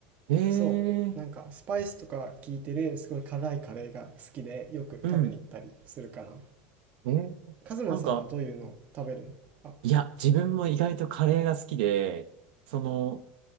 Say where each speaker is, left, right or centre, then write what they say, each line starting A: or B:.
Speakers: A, on the right; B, on the right.
A: ええ
B: そう、なんかスパイスとか効いてるすごい辛いカレーが好きでよく食べに行ったりするかな。
A: うん。えーなんか、
B: カズマさんはどういうのを食べるのあ、
A: いや、自分も意外とカレーが好きで、その、